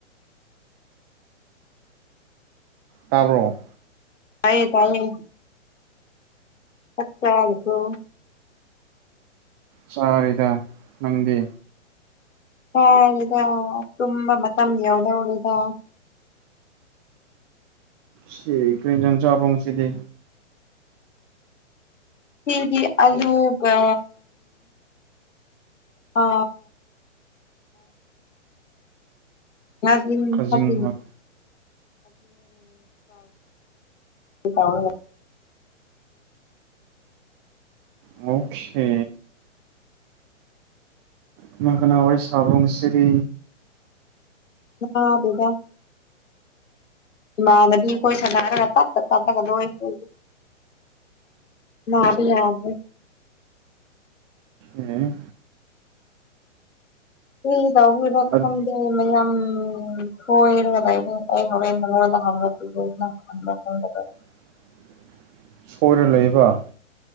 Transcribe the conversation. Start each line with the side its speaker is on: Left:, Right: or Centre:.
Right: ꯇꯥꯕ꯭ꯔꯣ
Left: ꯇꯥꯏꯌꯦ ꯇꯥꯏꯌꯦ ꯆꯥꯛ ꯆꯥꯔꯕ꯭ꯔꯣ
Right: ꯆꯥꯔꯤꯗ ꯅꯪꯗꯤ
Left: ꯆꯥꯔꯦꯗ ꯇꯨꯝꯕ ꯃꯇꯝ ꯌꯧꯗꯣꯔꯦꯗ
Right: ꯁꯤ ꯀꯩ ꯍꯦꯡꯖꯥꯡ ꯆꯥꯕ꯭ꯔꯣ ꯉꯁꯤꯗꯤ
Left: ꯑꯩꯕꯨꯗꯤ ꯑꯂꯨꯒ ꯑ <inaudible>
Right: ꯈꯖꯤꯡ ꯍꯣꯏ
Left: ꯇꯥꯎꯔꯒ
Right: ꯃꯣꯛꯈꯦ ꯀꯅꯥ ꯀꯅꯥ ꯋꯥꯔꯤ ꯁꯥꯕ꯭ꯔꯣ ꯉꯁꯤꯗꯤ
Left: ꯑ ꯑꯗꯨꯗ ꯏꯃꯥꯗꯗꯤ ꯑꯩꯈꯣꯏ ꯁꯥꯟꯅꯔꯒ ꯇꯠꯠꯇ ꯇꯥꯊꯒ ꯂꯣꯏꯈ ꯅꯕꯤ ꯌꯥꯕ
Right: ꯑꯦ
Left: ꯁꯤ ꯇꯧꯕ
Right: ꯑꯠ
Left: ꯈꯪꯗꯦ ꯃꯌꯥꯝ ꯊꯣꯏꯔꯒ ꯂꯩ ꯑꯩ ꯍꯣꯔꯦꯟꯉꯣꯟꯗ <unintelligible>
Right: ꯑꯟꯑꯣꯗꯤꯕꯜ ꯁꯣꯏꯔ ꯂꯩꯕ